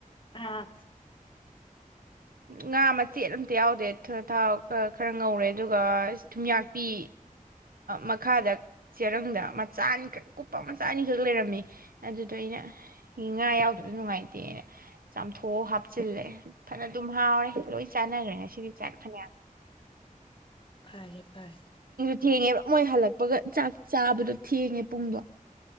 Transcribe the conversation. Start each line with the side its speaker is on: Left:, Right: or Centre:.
Left: ꯑꯥ
Right: ꯉꯥ ꯃꯆꯦꯠ ꯑꯝꯇ ꯌꯥꯎꯗꯦ ꯊꯥꯎ ꯈ ꯈꯔ ꯉꯧꯔꯦ ꯑꯗꯨꯒ ꯊꯨꯝꯌꯥꯛꯄꯤ ꯃꯈꯥꯗ ꯆꯦꯔꯪꯗ ꯃꯆꯥꯅꯤꯈꯛ ꯀꯨꯞꯄ ꯃꯆꯥ ꯑꯅꯤꯈꯛ ꯂꯩꯔꯝꯃꯤ ꯑꯗꯨꯗꯣ ꯑꯩꯅ ꯉꯥ ꯌꯥꯎꯗꯕꯁꯨ ꯅꯨꯡꯉꯥꯏꯇꯦꯅ ꯆꯥꯝꯊꯣꯛ ꯍꯥꯞ ꯆꯤꯜꯂꯦ ꯑꯗꯨꯝ ꯍꯥꯎꯔꯦ ꯂꯣꯏ ꯆꯥꯟꯅꯈ꯭ꯔꯦ ꯉꯁꯤꯗꯤ ꯆꯥꯛ ꯐꯅꯌꯥꯝ
Left: ꯐꯔꯦ ꯐꯔꯦ
Right: ꯊꯦꯡꯉꯦꯕ ꯃꯣꯏ ꯍꯜꯂꯛꯄꯒ ꯆꯥꯛ ꯆꯥꯕꯗꯣ ꯊꯦꯡꯉꯦ ꯄꯨꯡꯗꯣ